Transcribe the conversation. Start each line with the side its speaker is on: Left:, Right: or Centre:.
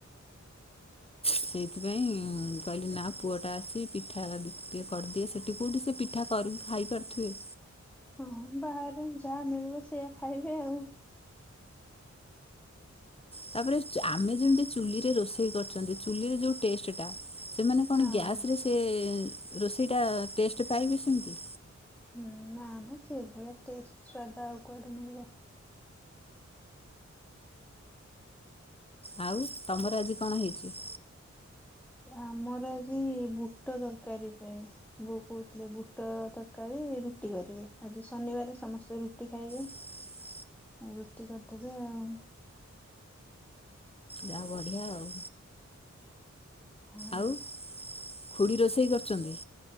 Left: ସେଇଥିପାଇଁ କହିଲି ନା ପୁଅଟା ଆସି ପିଠା କିଏ କରିଦିଏ ସେଠି କୋଉଠି ସେ ପିଠା କରିକି ଖାଇ ପାରୁଥିବେ।
Centre: ହଁ ବାହାରେ ଯାହା ମିଳିବ ସେଇଆ ଖାଇବେ ଆଉ।
Left: ତାପରେ ଆମେ ଯେମିତି ଚୁଲିରେ ରୋଷେଇ କରୁଛନ୍ତି ଚୁଲିରେ ଯୋଉ ଟେଷ୍ଟ ଟା ସେମାନେ କଣ
Centre: ହଁ।
Left: ଗ୍ୟାସ ରେ ସେ ରୋଷେଇଟା ଟେଷ୍ଟ ପାଇବେ ସେମିତି।
Centre: ହୁଁ ନା ନା ସେଇଭଳିଆ ଟେଷ୍ଟ ସ୍ୱାଦ ଆଉ କୁଆଡୁ ମିଳିବ।
Left: ଆଉ ତମର ଆଜି କଣ ହେଇଛି।
Centre: ଆମର ଆଜି ବୁଟ ଦରକାରୀ ପାହି। ବହୁ କହୁଥିଲେ ବୁଟ ତରକାରୀ ରୁଟି କରିବେ ଆଜି ଶନିବାର ସମସ୍ତେ ରୁଟି ଖାଇବେ।
Left: ହ
Centre: ରୁଟି କରିଦେବେ ଆଉ।
Left: ଯା <unintelligible> ବଢିଆ ଆଉ
Centre: ହଁ
Left: ଆଉ ଖୁଡ଼ି ରୋଷେଇ କରୁଛନ୍ତି?